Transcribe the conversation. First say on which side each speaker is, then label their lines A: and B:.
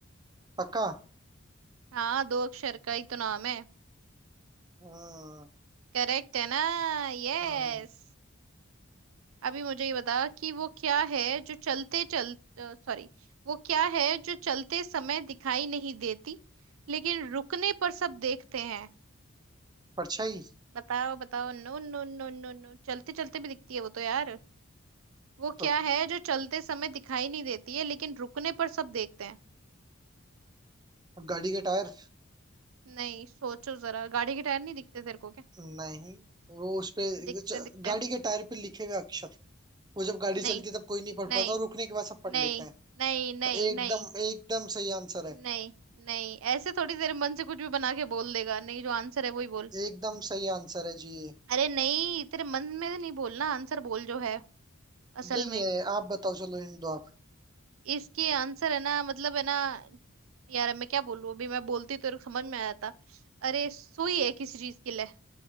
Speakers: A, on the right; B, on the right.
A: पक्का
B: हाँ दो अक्षर का ही तो नाम है
A: हम्म,
B: करेक्ट है ना यस
A: हम्म,
B: अभी मुझे ये बता कि वो क्या है जो चलते चल सॉरी वो क्या है जो चलते समय दिखाई नहीं देती लेकिन रुकने पर सब देखते हैं
A: परछाई
B: बताओ बताओ no no no no no चलते चलते भी दिखती है वो तो यार वो
A: तो
B: क्या है जो चलते समय दिखाई नहीं देती है लेकिन रुकने पर सब देखते हैं
A: गाड़ी के टायर
B: नहीं सोचो जरा गाड़ी के टायर नहीं दिखते तेरे को क्या
A: नहीं वो उस पे
B: दिखते
A: च-
B: दिखते
A: गाड़ी के टायर पे लिखे हुए अक्षर वो जब गाड़ी
B: नहीं
A: चलती है तब कोई नहीं पढ़
B: नहीं
A: पाता और रुकने के बाद सब पढ़
B: नहीं
A: लेते हैं
B: नहीं नहीं नहीं
A: एकदम
B: नहीं
A: एकदम सही आंसर है
B: नहीं नहीं ऐसे थोड़ी तेरे मन से कुछ भी बना के बोल देगा नहीं जो आंसर है वही बोल
A: एकदम सही आंसर है जी ये
B: अरे नहीं तेरे मन में से नहीं बोलना आंसर बोल जो है असल
A: यही
B: में
A: है आप बताओ चलो हिंट दो आप
B: इसके आंसर है ना मतलब है ना यार मैं क्या बोलूं अभी मैं बोलती तो समझ में आ जाता अरे सुई है किसी चीज के लिए